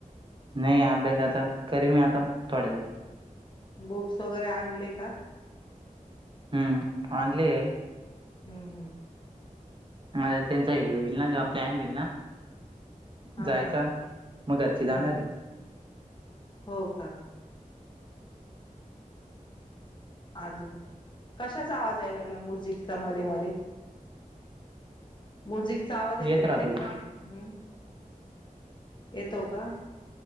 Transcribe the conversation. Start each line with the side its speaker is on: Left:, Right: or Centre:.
Right: नाही अभ्यास आता करणी मी आता थोड्या वेळ.
Left: बुक्स वगैरे आणले का?
Right: हम्म आणले आहे.
Left: हम्म हम्म
Right: अ त्यांचा हे होईल ना जेव्हा प्लॅन होईल ना
Left: हां
Right: जायचा,
Left: हां
Right: मग घरचे जाणार
Left: हम्म
Right: आहे.
Left: हो का अजून, कशाचा आवाज यायला लागला म्युझिकचा मध्ये मध्ये. म्युझिकचा आवाज येतोय
Right: येत राहतो
Left: मध्ये
Right: तो.
Left: मध्ये. हम्म येतो का?